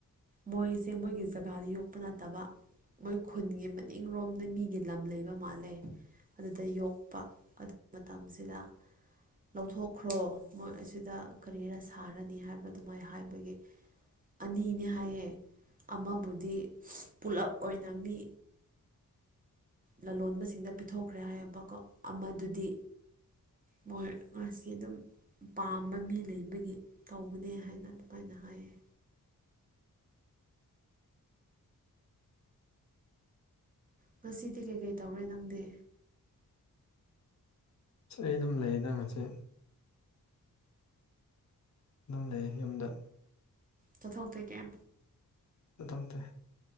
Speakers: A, on the right; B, on the left.
A: ꯃꯣꯏꯁꯦ ꯃꯣꯏꯒꯤ ꯖꯒꯥꯗ ꯌꯣꯛꯄ ꯅꯠꯇꯕ ꯃꯣꯏ ꯈꯨꯟꯒꯤ ꯃꯅꯤꯡꯔꯣꯝꯗ ꯃꯤ ꯒꯤ ꯂꯝ ꯂꯩꯕ ꯃꯥꯜꯂꯦ ꯑꯗꯨꯗ ꯌꯣꯛꯄ ꯑꯗꯨ ꯃꯇꯝꯁꯤꯗ ꯂꯧꯊꯣꯛꯈ꯭ꯔꯣ ꯃꯣꯏ ꯑꯁꯤꯗ ꯀꯔꯤꯔ ꯁꯥꯔꯅꯤ ꯍꯥꯏꯕ ꯑꯗꯨꯃꯥꯏ ꯍꯥꯏꯕꯒꯤ ꯑꯅꯤꯅꯦ ꯍꯥꯏꯌꯦ ꯑꯃꯕꯨꯗꯤ ꯄꯨꯂꯞ ꯑꯣꯏꯅ ꯃꯤ ꯂꯂꯣꯟꯕꯁꯤꯡꯗ ꯄꯤꯊꯣꯛꯈ꯭ꯔꯦ ꯍꯥꯏꯌꯦꯕꯀꯣ ꯑꯃꯗꯨꯗꯤ ꯃꯣꯏ ꯉꯁꯤ ꯑꯗꯨꯝ ꯄꯥꯝꯕ ꯃꯤ ꯂꯩꯕꯒꯤ ꯇꯧꯕꯅꯦ ꯍꯥꯏꯅ ꯑꯗꯨꯃꯥꯏꯅ ꯍꯥꯏꯌꯦ ꯉꯁꯤꯗꯤ ꯀꯩꯀꯩ ꯇꯧꯔꯦ ꯅꯪꯗꯤ
B: ꯑꯩ ꯑꯗꯨꯝ ꯂꯩꯌꯦꯗ ꯉꯁꯦ ꯅꯪ ꯂꯩꯌꯦ ꯌꯨꯝꯗ
A: ꯆꯠꯊꯣꯛꯇꯣꯏ ꯀꯩ
B: ꯆꯗꯝꯇ